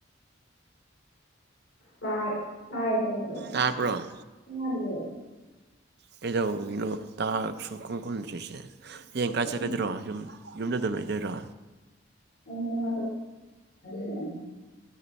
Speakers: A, on the left; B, on the right.
A: ꯇꯥꯏ ꯇꯥꯏ ꯇꯥꯗ꯭ꯔꯣ
B: ꯇꯥꯕ꯭ꯔꯣ
A: ꯇꯥꯗ꯭ꯔꯣ
B: ꯀꯩꯗꯧꯅꯣꯇ ꯁ ꯈꯣꯡ ꯈꯣꯗ꯭ꯔꯤꯁꯦ ꯍꯌꯦꯡ ꯀꯥꯏ
A: ꯑꯩ
B: ꯆꯠꯀꯗ꯭ꯔꯣ ꯌꯨꯝ ꯌꯨꯝꯗ ꯑꯗꯨꯝ ꯂꯩꯇꯣꯏꯔꯣ
A: ꯑꯩꯅꯟꯅ ꯂ